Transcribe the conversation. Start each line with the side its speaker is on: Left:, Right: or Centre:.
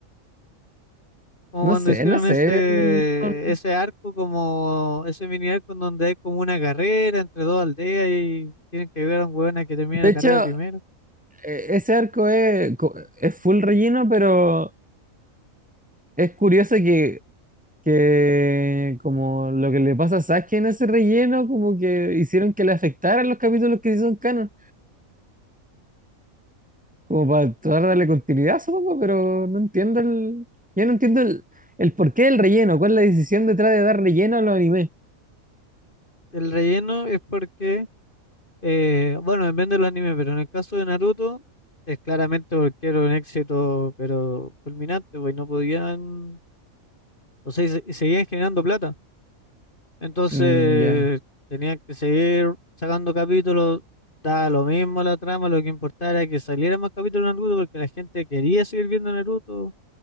Left: Como
Centre: No
Left: cuando
Centre: sé,
Left: hicieron
Centre: no sé.
Left: ese,
Centre: mm, no-
Left: ese arco, como ese mini arco en donde hay como una carrera entre dos aldeas y tienen que ayudar a un hueón a que termine
Centre: De
Left: la
Centre: hecho,
Left: carrera primero.
Centre: e- ese arco es, co- es full relleno, pero es curioso que, que como lo que le pasa a Sasuke en ese relleno, como que hicieron que le afectaran los capítulos que sí son canon, como para tratar de darle continuidad, supongo, pero no entiendo el, ya no entiendo el, el porqué del relleno, cuál es la decisión detrás de dar relleno a los animes.
Left: El relleno es porque, eh, bueno, depende de los animes, pero en el caso de Naruto es claramente porque era un éxito, pero fulminante, pues y no podían, o sea, y se- y seguían generando plata. Entonces
Centre: Mm, ya,
Left: tenían que seguir sacando capítulos, daba lo mismo la trama, lo que importaba era que saliera más capítulos de Naruto porque la gente quería seguir viendo Naruto,